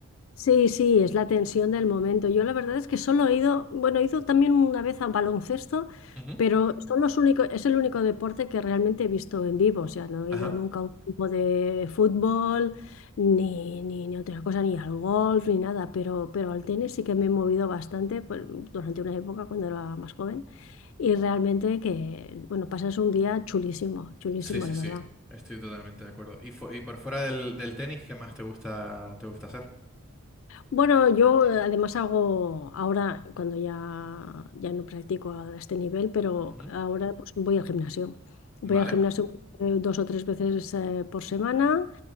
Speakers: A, on the left; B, in the centre.
A: Sí, sí, es la tensión del momento. Yo la verdad es que solo he ido, bueno, he ido también una vez a baloncesto,
B: Ujú.
A: pero son los únicos, es el único deporte que realmente he visto en vivo. O sea, no he
B: Ajá.
A: ido nunca a un grupo de fútbol, ni, ni, ni otra cosa, ni al golf, ni nada, pero, pero al tenis sí que me he movido bastante pues, durante una época cuando era más joven. Y realmente que, bueno, pasas un día chulísimo, chulísimo,
B: Sí, sí,
A: la
B: sí.
A: verdad.
B: Estoy totalmente de acuerdo. ¿Y, fu- y por fuera del, del tenis, qué más te gusta, te gusta hacer?
A: Bueno, yo eh, además hago ahora, cuando ya, ya no practico a este nivel, pero
B: Ujú.
A: ahora pues voy al gimnasio. Voy
B: Vale.
A: al gimnasio eh, dos o tres veces eh, por semana